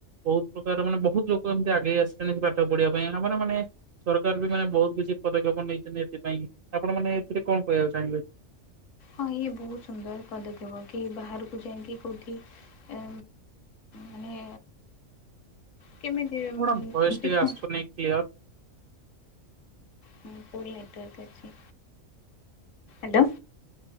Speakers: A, on the right (about 60°); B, on the left (about 70°).
A: ବହୁତ ପ୍ରକାର ମାନେ ବହୁତ ଲୋକ ଏମିତି ଆଗେଇ ଆସିଲେଣି ପାଠ ପଢିବା ପାଇଁ ଆମର ମାନେ ସରକାର ବି ମାନେ ବହୁତ କିଛି ପଦକ୍ଷେପ ନେଇଛନ୍ତି ଏଥିପାଇଁ ଆପଣ ମାନେ ଏଥିରେ କଣ କହିବାକୁ ଚାହିଁବେ?
B: ହଁ ଇଏ ବହୁତ ସୁନ୍ଦର ପଦକ୍ଷେପ କି ବାହାରକୁ ଯାଇକି କୋଉଠି ଏଁ ମାନେ କେମିତି
A: କଣ ଭଏସ୍‌
B: ଶିକ୍ଷା
A: ଟିକେ ଆସୁନି କ୍ଲିୟର?
B: ହୁଁ ଫୁଲ ନେଟୱାର୍କ ଅଛି। ହ୍ୟାଲୋ